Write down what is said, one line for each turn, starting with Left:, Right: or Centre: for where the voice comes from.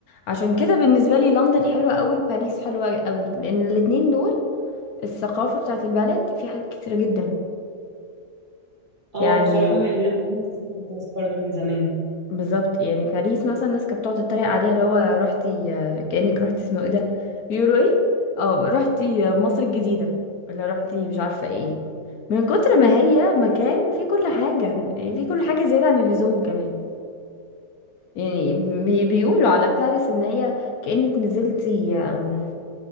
Left: عشان كده بالنسبه لي لندن حلوه قوي باريس حلوه قوي لان الاتنين دول الثقافه بتاعه البلد في حاجات كتيره جدا
Right: اه
Left: يعني
Right: بصراحه هم حلوين أوي. نفسي أسافر خالص برضو من زمان
Left: بالظبط يعني باريس مثلا الناس كانت بتقعد تتريق عليها اللي هو رحتي آه، كأنك رحتي اسمه ايه ده بيقولوا ايه اه رحتي آه، مصر الجديدة ولا رحتي مش عارفة ايه من كتر ما هي مكان فيه كل حاجة يعني فيه كل حاجة زيادة عن اللزوم كمان يعني بي- بيقولوا على باريس ان هي كأنك نزلتي آم،